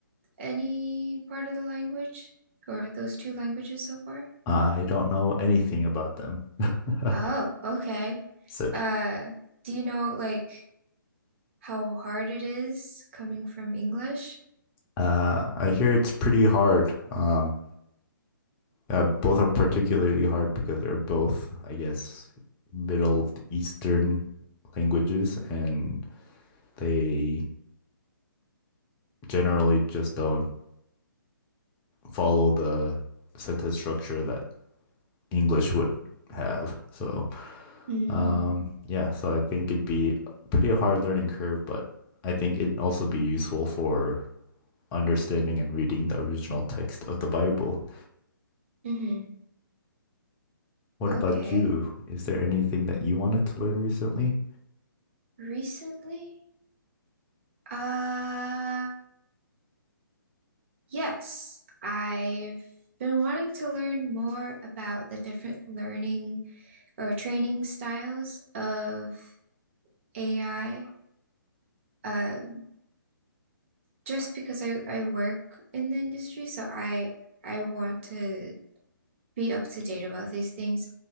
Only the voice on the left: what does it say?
I don't know anything about them. <laughs>
So
uh, I hear it's pretty hard. Um, uh, both are particularly hard because they're both, I guess, Middle Eastern languages, and they generally just don't follow the sentence structure that English would have. So,
um, yeah, so I think it'd be pretty a hard learning curve, but I think it'd also be useful for understanding and reading the original text of the Bible.
What
about you? Is there anything that you wanted to learn recently?